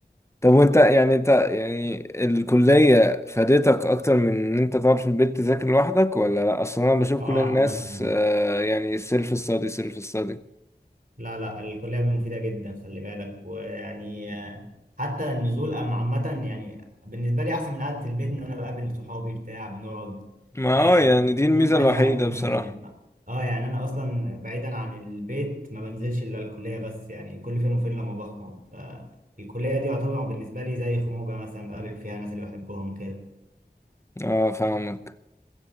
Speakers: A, on the left; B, on the right.
A: طب وانت يعني انت يعني الكلية فادتك أكتر من إن أنت تقعد في البيت تذاكر لوحدك ولا لأ؟ أصل أنا بشوف
B: اه
A: كل الناس
B: عامة
A: آه، يعني سيلف ستادي سيلف ستادي
B: لا لا الكلية مفيدة جدا خلي بالك ويعني آه، حتى النزول أم- عامة يعني بالنسبة لي أحسن من قعدة البيت إن أنا بقابل صحابي بتاع بنقعد
A: ما
B: آه،
A: اه يعني دي
B: عندي
A: الميزة
B: شوية
A: الوحيدة
B: حياة اجتماعية
A: بصراحة
B: اه يعني أنا أصلا بعيدا عن البيت ما بنزلش إلا الكلية بس يعني كل فين وفين لما بخرج فالكلية دي يعتبر بالنسبة لي زي خروجة مثلا بقابل فيها الناس اللي بحبهم كده
A: اه فاهمك